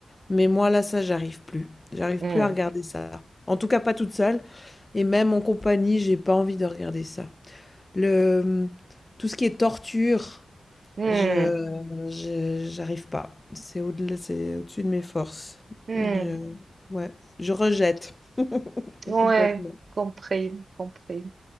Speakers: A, on the left; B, on the right.
A: Mais moi, là, ça, j'arrive plus. J'arrive
B: hmm,
A: plus à regarder ça. En tout cas, pas toute seule. Et même en compagnie, j'ai pas envie de regarder ça. Le, tout ce qui est torture,
B: hmm,
A: je, je- j'arrive pas. C'est au-delà, c'est au-dessus de mes forces.
B: hmm.
A: Je, ouais, je rejette
B: Ouais,
A: complètement.
B: compris, compris.